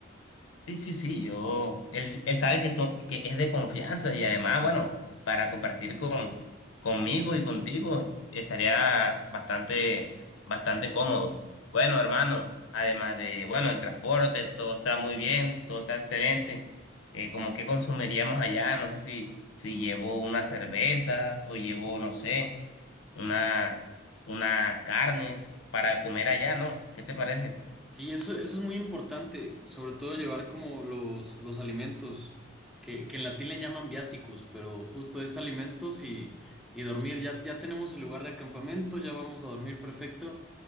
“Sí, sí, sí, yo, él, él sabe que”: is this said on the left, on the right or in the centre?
Left